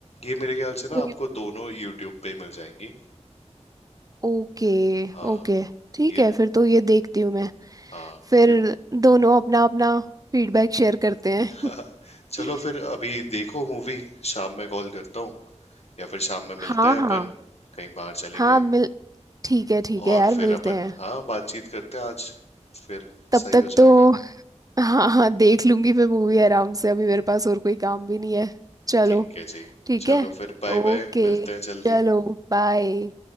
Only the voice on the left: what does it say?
ये मेरे ख्याल से
ना आपको दोनों यूट्यूब पे मिल जाएंगी
हाँ
ये
हाँ
ये
<laughs>
हाँ,
चलो फिर अभी देखो मूवी शाम में कॉल करता हूँ या फिर शाम में मिलते
हैं अपन
कहीं बाहर चलेंगे
और
फिर
अपन
हाँ बातचीत करते हैं आज फिर
सही
हो जाएगा
ठीक है जी
चलो
फिर बाय
बाय मिलते हैं जल्दी